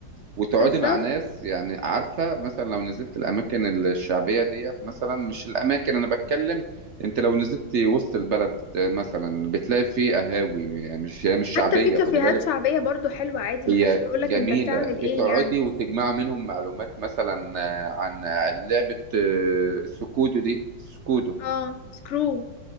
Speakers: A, on the right; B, on the left.
A: وتقعدي
B: بالظبط
A: مع ناس يعني عارفة مثلا لو نزلت الأماكن الشعبية ديت مثلا مش الأماكن أنا بتكلم أنت لو نزلت وسط البلد مثلا بتلاقي فيه قهاوي يعني مش هي مش شعبية
B: حتى في كافيهات
A: خدي بالك
B: شعبية برضو حلوة عادي
A: هي
B: محدش بيقولك
A: جميلة
B: انت بتعمل
A: بتقعدي
B: ايه يعني
A: وتجمع منهم معلومات مثلا آه، عن لعبة آه، السكودو دي السكودو
B: اه سكرو